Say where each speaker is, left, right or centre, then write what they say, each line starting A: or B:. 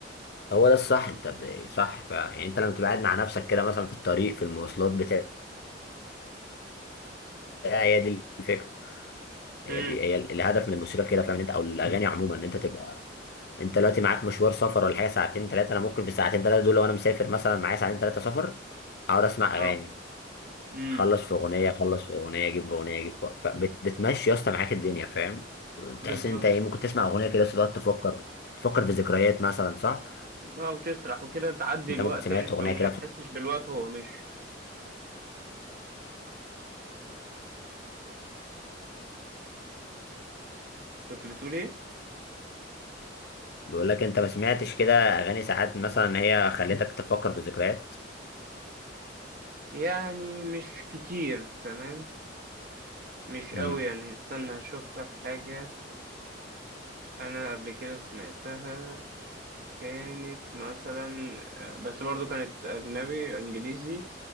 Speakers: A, on the left; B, on the right.
A: هو ده الصح انت ب- صح فعلا يعني انت لما تبقى قاعد مع نفسك كده مثلا في الطريق في المواصلات بتاع هي دي الفكره هي
B: أمم
A: دي هي ال- الهدف من الموسيقى كده فاهم انت او الاغاني عموما ان انت تبقى انت دلوقتي معاك مشوار سفر ولا حاجه ساعتين ثلاثه انا ممكن في الساعتين ثلاثه دول لو انا مسافر مثلا معايا ساعتين ثلاثه سفر اقعد اسمع
B: أه
A: اغاني
B: أمم
A: اخلص في اغنيه اخلص في اغنيه اجيب في اغنيه اجيب في فبت- بتمشي يا اسطى معاك الدنيا فاهم بتحس
B: بالظبط
A: ان انت ايه ممكن تسمع اغنيه كده بس تقعد تفكر تفكر في ذكريات مثلا صح
B: أه وتسرح وكده تعدي
A: انت
B: الوقت
A: ممكن سمعت
B: يعني في
A: اغنيه
B: العموم
A: كده
B: ما تحسش بالوقت وهو ماشي كنت بتقول ايه
A: بقول لك انت ما سمعتش كده اغاني ساعات مثلا هي خلتك تفكر في الذكريات
B: يعني مش كتير تمام مش قوي
A: امم
B: يعني استنى هشوف لك حاجة انا قبل كده سمعتها كانت مثلا آه، بس برضو كانت اجنبي انجليزي